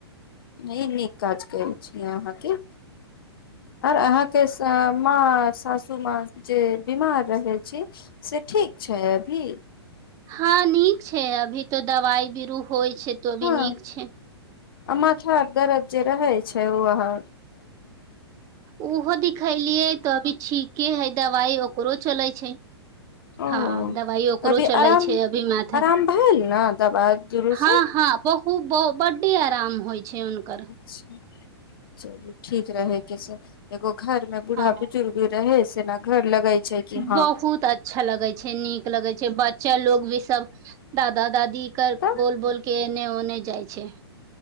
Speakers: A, on the left (about 55°); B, on the right (about 25°).
A: नहि नीक काज कल छै अहाँके आर अहाँके माँ सासूमाँ जे बीमार रहै छी से ठीक छै अभी
B: हँ नीक छै अभी तो दवाइ बीरो होइ छै तो
A: हँ
B: भी नीक छै
A: आ माथा आ दरद जे रहै छै ओहाँ
B: ओहो दिखलियै तऽ अभी ठीके हय दबाइ ओकरो चलै छै
A: ओ
B: हँ दबाइ ओकरो
A: कभी
B: चलै
A: आराम
B: छै अभी माथे
A: आराम भेल ने दबाइ जुरू
B: हँ
A: से
B: हँ बहु बड्डी आराम होइ छै हुनकर
A: अच्छा चलू ठीक रह कैस एगो घर में बूढ़ा
B: हँ
A: बुजुर्गी रहै ना घर लगाइ छै कि हँ
B: बहुत अच्छा लगे छै नीक लगे छै बच्चा लोग भी सब दादा दादी के
A: तऽ
B: बोल बोल के ओने ओने जाइ छै